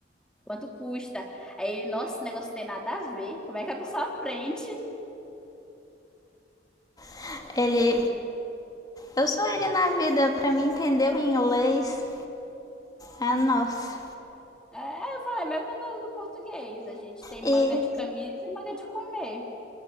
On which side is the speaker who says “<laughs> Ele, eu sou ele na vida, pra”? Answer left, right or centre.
Left